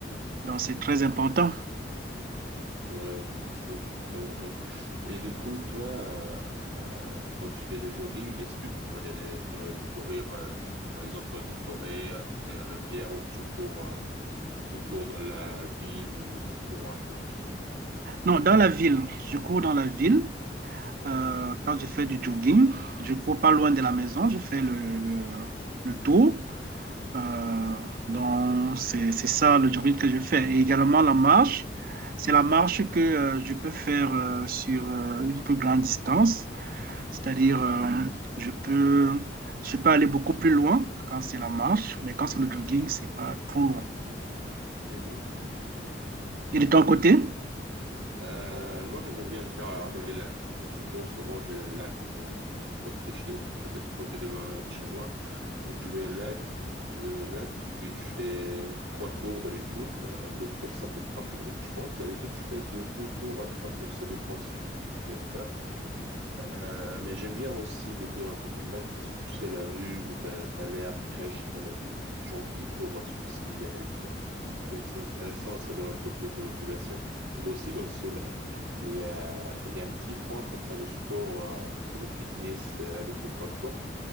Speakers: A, on the right; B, on the right.
A: donc c'est très important.
B: Ouais, c'est exactement vrai. Et du coup, toi, euh, euh, quand tu fais le jogging, est-ce que tu aimerais, courir, euh, par exemple, dans les forêts, à côté d'une rivière, ou tu cours, euh, tu cours dans la ville, ou tu cours à peu près?
A: Non, dans la ville, je cours dans la ville. Euh,
B: Mhm.
A: quand je fais du jogging, je cours pas loin de la maison, je fais le, le, le tour. Euh, donc, c'est, c'est ça le jogging que je fais. Et également la marche, c'est la marche que euh, je peux faire euh, sur euh, une plus grande distance, c'est-à-dire euh, je peux, je peux aller beaucoup plus loin quand c'est la marche, mais quand c'est le jogging, c'est pas trop loin.
B: Mhm.
A: Et de ton côté?
B: Mhm. Euh, moi, j'aimerais bien le faire euh, dans les lacs. Quand je cours, souvent, j'ai un lac euh, à côté, chez, à côté à côté de, ma- de chez moi. Donc, je vais au lac, je vais au lac et puis je fais trois tours d'habitude. Euh, Le tour, ça fait trois kilomètres, je pense. D'habitude, je fais de deux tours à trois tours. Ça dépend si j'étais fatigué ou pas. Euh, mais j'aime bien aussi découvrir à côté de lac parce que tu sais, la vue, t'as, t'as l'air fraîche, t'as la vue, t'as des gens qui courent aussi avec toi. Donc c'est intéressant, ça donne un peu plus de motivation. Et aussi dans ce lac, il y a, il y a un petit coin pour faire du sport, euh, tu sais, de fitness euh, avec le poids de corps.